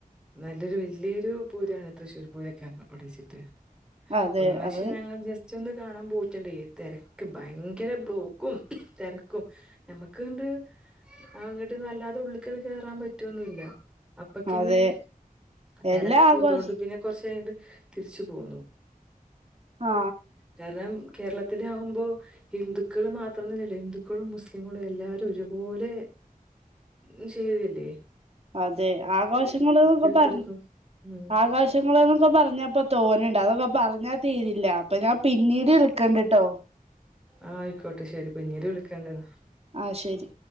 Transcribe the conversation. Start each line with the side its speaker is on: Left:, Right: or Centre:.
Centre: നല്ലൊരു വല്ിയൊരു പൂരാണ് തൃശ്ശൂർ പൂരൊക്കെ വിടിച്ചിട്ട്
Right: അതെ
Centre: ഒരു പ്രാവശ്യം
Right: അത്
Centre: ഞങ്ങൾ ജസ്റ്റ് ഒന്ന് കാണാൻ പോ തിരക്ക് ഭയങ്കര ബ്ലോക്കും തിരക്കും നമ്മക്ക്ണ്ട് അങ്ങിട്ട്ന്നും വല്ലാതെ ഉള്ളിക്കണ് കേയറാൻ പറ്റുവൊന്നല്ല അപ്പൊക്കന്നെ
Right: അതെ
Centre: തിരക്കും
Right: എല്ലാ ആഘോഷ
Centre: അതൊണ്ട് പിന്നെ കൊറച്ചണ്ട് തിരിച്ചു പോന്നു
Right: ആ
Centre: കാരണം കേരളത്തില ആകുമ്പോൾ ഹിന്ദുക്കള് മാത്രംന്നല്ലോ ഹിന്ദുക്കളും മുസ്ലിങ്ങളും എല്ലാവാരും ഒരു പോലെ ഉ ചെയ്തല്ലേ
Right: അതെ ആഘോഷങ്ങള്ൾ എന്നൊക്കെ പറഞ്ഞ
Centre: തിരക്കും ഉം
Right: ആഘോഷങ്ങള്ൾ എന്നൊക്കെ പറഞ്ഞപ്പ തോന്നണ്ട് അതൊക്കെ പറഞ്ഞാ തീരി ഇല്ല അപ്പൊ ഞാൻ പിന്നീട് വിളക്കണ്ടിട്ടോ
Centre: ആഹ ആയിക്കോട്ടെ ശെരി പിഞ്ഞല് വിളിക്കണ്ടന്ന
Right: ആ ശരി